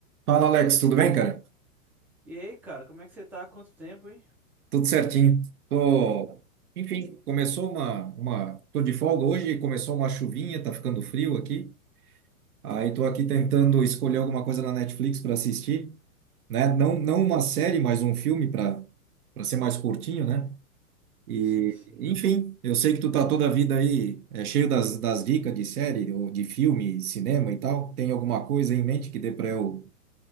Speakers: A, on the right; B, in the centre.
A: Fala, Alex, tudo bem, cara?
B: E aí, cara, como é que você tá? Há quanto tempo, hein?
A: Tudo certinho. Tô, enfim, começou uma, uma, tô de folga hoje, começou uma chuvinha, tá ficando frio aqui. Aí tô aqui tentando escolher alguma coisa na Netflix para assistir, né? Não, não uma série, mas um filme para para ser mais curtinho, né? E,
B: Sim, sim.
A: enfim, eu sei que tu tá toda a vida aí é, cheio das, das dicas de série ou de filme, cinema e tal. Tem alguma coisa em mente que dê para eu